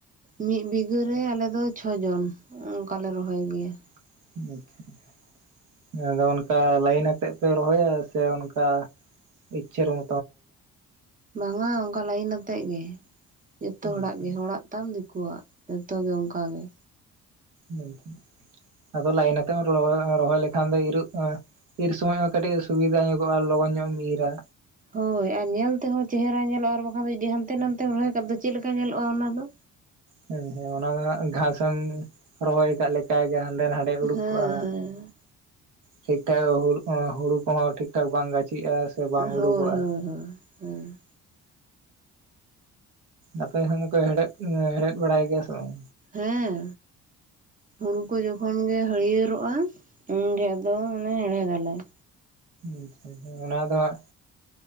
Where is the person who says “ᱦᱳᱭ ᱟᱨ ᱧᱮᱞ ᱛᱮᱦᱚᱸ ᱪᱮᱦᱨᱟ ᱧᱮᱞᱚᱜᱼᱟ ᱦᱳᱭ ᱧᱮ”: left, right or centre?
Right